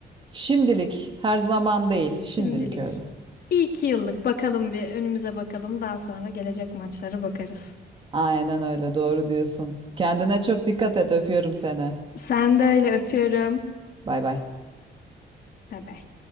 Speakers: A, on the right; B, on the left.
A: Şimdilik her zaman değil
B: <laughs>
A: şimdilik
B: şimdilik.
A: öyle.
B: Bir iki yıllık bakalım bir önümüze bakalım. Daha sonra gelecek maçlara bakarız.
A: Aynen öyle doğru diyorsun. Kendine çok dikkat et öpüyorum seni.
B: Sen de öyle öpüyorum.
A: Bay bay.
B: Bay bay.